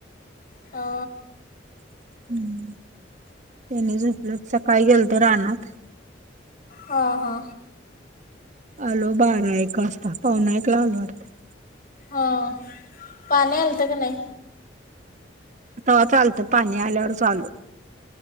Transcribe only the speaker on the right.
<inaudible> तेनी झोपलतं सकाळी गेलते रानात
आलो बारा एक वाजता पावणे एक ला आलो वाटतं --
तेवाच चालतं पाणी आल्यावरचं आलो.